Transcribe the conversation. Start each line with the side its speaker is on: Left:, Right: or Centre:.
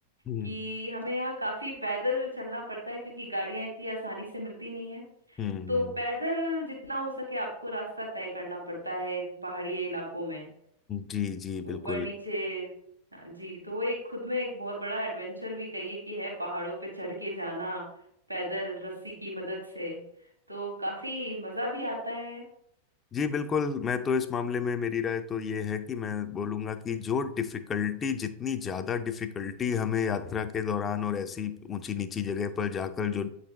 Left: हम्म
Right: कि हमें यहाँ काफी पैदल चलना पड़ता है क्योंकि गाड़ियां इतनी आसानी से मिलती नहीं है
Left: हम्म
Right: तो पैदल जितना हो सके आपको रास्ता तय करना पड़ता है इन पहाड़ी इलाकों में
Left: जी जी
Right: ऊपर
Left: बिल्कुल
Right: नीचे हाँ जी तो वो एक खुद में एक बहुत बड़ा एडवेंचर भी कहिए कि है पहाड़ों पे चढ़ के जाना पैदल रस्सी की मदद से तो काफी मजा भी आता है
Left: जी बिल्कुल मैं तो इस मामले में मेरी राय तो ये है कि मैं बोलूंगा कि जो डिफिकल्टी जितनी ज़्यादा डिफिकल्टी हमें यात्रा के दौरान और ऐसी ऊंची नीची जगह पर जाकर जो